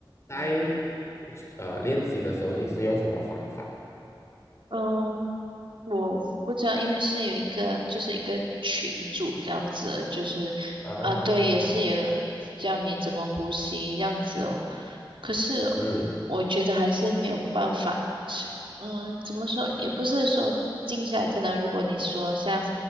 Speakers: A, on the left; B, on the right.
A: 在呃练习的时候，你是用什么方法？
B: 嗯。我不知道，因为是有一个，就是一个群组这样子，就是啊，
A: 嗯哦，
B: 对，也是有教你怎么呼吸这样子哦。可是
A: 嗯
B: 我觉得还是没有办法，是嗯，怎么说，也不是说静下来，可能如果你说像